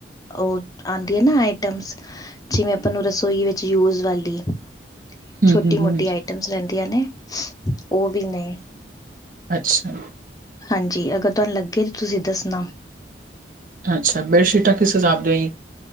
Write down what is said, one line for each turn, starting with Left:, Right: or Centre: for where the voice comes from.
Left: ਉਹ ਆੰਦੀ ਏ ਨਾ ਆਈਟਮਸ ਜਿਵੇਂ ਆਪਾਂ ਨੂੰ ਰਸੋਈ ਵਿਚ ਯੂਜ ਵਾਲੀ
Right: ਹੂੰ
Left: ਛੋਟੀ-ਮੋਟੀ
Right: ਹੂੰ ਹੂੰ
Left: ਆਈਟਮਸ ਰਹਿੰਦੀਆਂ ਨੇ ਉਹ ਵੀ ਨੇ
Right: ਅੱਛਾ
Left: ਹਾਂਜੀ, ਅਗਰ ਤੁਹਾਨੂੰ ਲੱਗੇ ਤਾਂ ਤੁਸੀਂ ਦੱਸਣਾ।
Right: ਅੱਛਾ ਬੈਡਸ਼ੀਟਾਂ ਕਿਸ ਹਿਸਾਬ ਦੀ ਹੀ